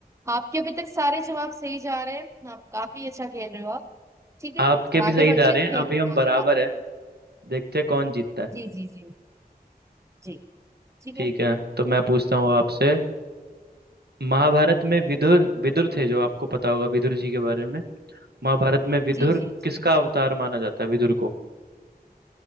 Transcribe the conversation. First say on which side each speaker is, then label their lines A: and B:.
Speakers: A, on the right; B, on the right.
A: आपके अभी तक सारे जवाब सही जा रहे हैं आप काफी अच्छा खेल रहे हो आप ठीक है
B: आपके
A: अब
B: भी
A: आगे
B: सही
A: बढ़ते
B: जा रहे
A: हैं
B: हैं
A: खेल
B: अभी
A: को
B: हम
A: आगे
B: बराबर
A: बढ़ाते
B: है
A: हैं
B: देखते हैं कौन जीतता है
A: जी जी जी जी ठीक
B: ठीक
A: है
B: है तो मैं पूछता हूँ आपसे महाभारत में विदुर विदुर थे जो आपको पता होगा विदुर जी के बारे में महाभारत में विदुर
A: जी जी जी
B: किसका अवतार माना जाता है विदुर को